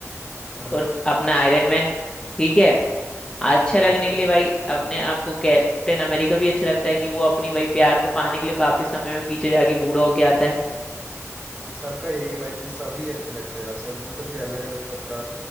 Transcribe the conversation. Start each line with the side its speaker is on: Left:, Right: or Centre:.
Right: हाँ हाँ,
Left: और अपना आयरन मैन ठीक है अच्छा
Right: वो
Left: लगने
Right: तो है
Left: के लिए भाई अपने आपको कैप्टन अमेरिका भी अच्छा लगता है कि वो अपनी भाई प्यार को पाने के लिए वापस समय में पीछे जाके बूढ़ा होके आता है
Right: सबका यही है भाई कि सभी अच्छे लगते हैं यार सब मतलब कि अलग अलग सबका